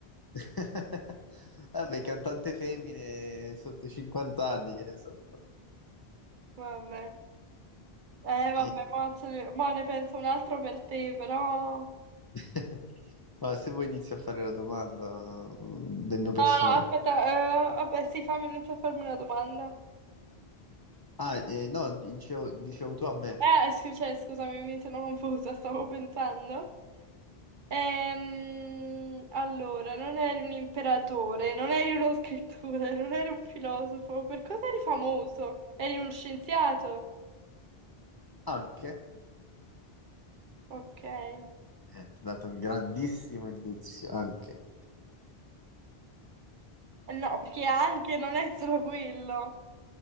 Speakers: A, on the left; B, on the right.
A: <laughs> Vabbè, cantante femmine sotto i 50 anni, che ne so.
B: Vabbè. Eh, vabbè,
A: Eh,
B: mo, ce ne mo ne penso un altro per te, però...
A: <laughs> Ma se vuoi inizio a fare la domanda eh, del mio personaggio.
B: No, no, aspetta, eh, vabbè, sì, fammi iniziare a farmi una domanda.
A: Ah, eh, no, dicevo, dicevo tu a me.
B: Eh, scu- cioè, scusami, mi sono confusa, stavo pensando. Ehm, allora, non eri un imperatore, non eri uno <laughs> scrittore, non eri un filosofo. Per cosa eri famoso? Eri uno scienziato?
A: Anche?
B: Ok. Eh,
A: Eh, ti ho dato un grandissimo indizio anche.
B: No, perché anche non è solo quello.